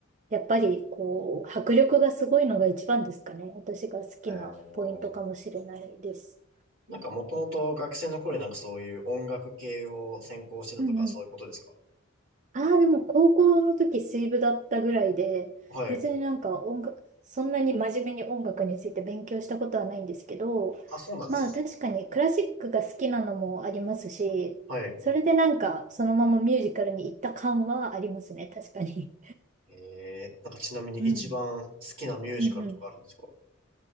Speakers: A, on the right; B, on the right.
A: やっぱりこう、迫力がすごいのが一番ですかね。私が好きなポイントかもしれないです。
B: ええなんかもともと学生の頃になんかそういう音楽系を専攻してたとかそういうことですか
A: うんうん。ああ、でも高校の時水部だったぐらいで、
B: はい。
A: 別になんか音楽、そんなに真面目に音楽について勉強したことはないんですけど、
B: あ、そうなんです。
A: まあ確かにクラシックが好きなのもありますし、
B: はい。
A: それでなんかそのままミュージカルに行った感はありますね、確かに。
B: ええなんかちなみに一番好きなミュージカルとかあるんですか
A: <laughs> うん。うんうん。